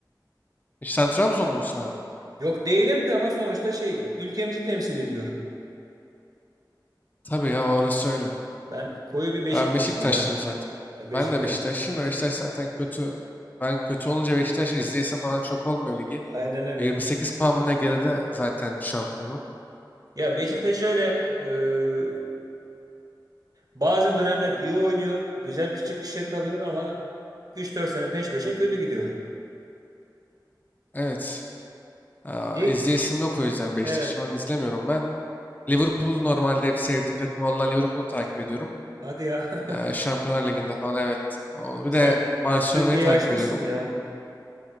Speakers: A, on the left; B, on the right.
A: E Sen Trabzonlu musun abi?
B: Yok değilim de ama sonuçta şey ülkemizi temsil ediyor.
A: Tabii ya orası öyle.
B: Ben koyu bir Beşiktaşlıyım
A: Ben Beşiktaşlıyım
B: ya.
A: zaten.
B: E, Beşiktaş
A: Ben de Beşiktaşlıyım da Beşiktaş zaten kötü. Ben kötü olunca Beşiktaş izleyesim falan çok olmuyor ligi.
B: Aynen öyle.
A: E, 28 puan mı ne geride zaten şampiyonun.
B: Ya Beşiktaş
A: E,
B: şöyle e, bazı dönemler iyi oynuyor, güzel bir çıkış yakalıyor ama üç dört sene peş peşe kötü gidiyor.
A: Evet. Aa,
B: Değil.
A: izleyesim yok o yüzden Beşiktaş'ı
B: Evet.
A: falan izlemiyorum. Ben Liverpool'u normalde hep sevdiğim takım olan Liverpool'u takip ediyorum.
B: Hadi ya. <laughs>
A: Ee, Şampiyonlar Ligi'nde falan evet. O- Bir
B: Sen
A: de Barcelona'yı
B: Türkiye'yi
A: takip
B: aşmışsın
A: ediyorum.
B: ya.